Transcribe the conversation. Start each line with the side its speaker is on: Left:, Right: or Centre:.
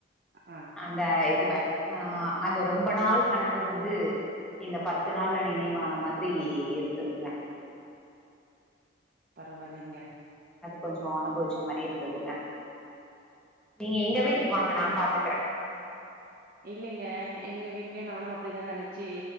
Right: ஆ
Centre: அந்த இத் துவ ஆஹ் அந்த ரொம்ப நாள் கனவு வந்து இந்த பத்து நாள்ல நினைவான மாதிரி இருந்துதுங்க
Right: பரவாலைங்க
Centre: கொஞ்சோ அனுபவிச்ச மாரி இருந்ததுங்க நீங்க எங்க வீட்டுக்கு
Right: ஏ
Centre: வாங்க நா பாத்துக் கிறே
Right: இல்லைங்க எங்க வீட்லயு நானு அப்டிதா நெனச்சி